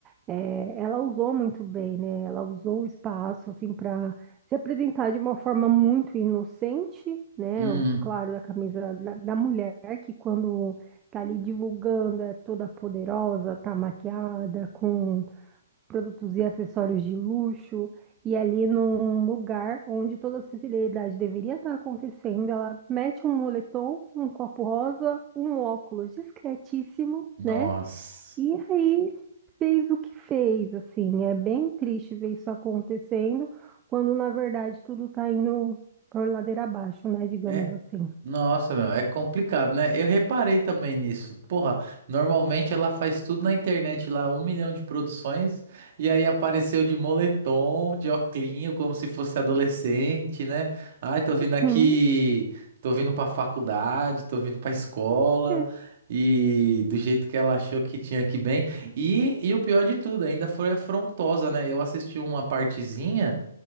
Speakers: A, on the right; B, on the right.
A: é, ela usou muito bem, né? Ela usou o espaço, assim, para se apresentar de uma forma muito inocente, né?
B: Hum.
A: O claro da camisa da, da mulher, que quando tá ali divulgando é toda poderosa, tá maquiada, com produtos e acessórios de luxo, e ali num lugar onde toda a sensibilidade deveria estar acontecendo, ela mete um moletom, um copo rosa, um óculos discretíssimo,
B: Nossa.
A: né? E aí fez o que fez, assim, é bem triste ver isso acontecendo, quando na verdade tudo tá indo por ladeira abaixo, né? Digamos
B: É.
A: assim.
B: Nossa, meu, é complicado, né? Eu reparei também nisso. Porra, normalmente ela faz tudo na internet lá, um milhão de produções, e aí apareceu de moletom, de oclinho, como se fosse adolescente, né? Ai, tô vindo aqui,
A: Uhum,
B: tô vindo pra faculdade, tô vindo pra escola,
A: é,
B: e do jeito que ela achou que tinha que bem. E, e o pior de tudo, ainda foi afrontosa, né? Eu assisti uma partezinha